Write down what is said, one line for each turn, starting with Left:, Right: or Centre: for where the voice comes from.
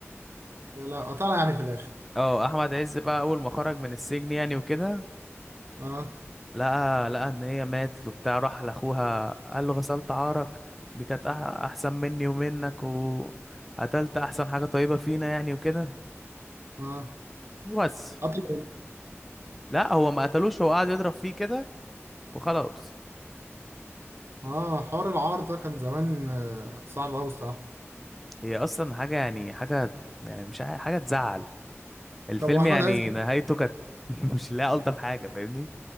Right: لا لا طلع يعني في الاخر
Centre: اه احمد عز بقى اول ما خرج من السجن يعني وكده
Right: اه
Centre: لقى لقى ان هي ماتت وبتاع راح لاخوها قال له غسلت عارك دي كانت أح- احسن مني ومنك وقتلت احسن حاجة طيبة فينا يعني وكده
Right: اه
Centre: بس
Right: قتل
Centre: لا هو ما قتلوش هو قعد يضرب فيه كده وخلاص
Right: اه حوار العار ده كان زمان آه، صعب قوي الصراحه
Centre: هي اصلا حاجه يعني حاجه يعني مش عا- حاجه تزعل الفيلم
Right: طب واحمد
Centre: يعني
Right: عز
Centre: نهايته كانت <laughs> مش لا الطف حاجه فاهمني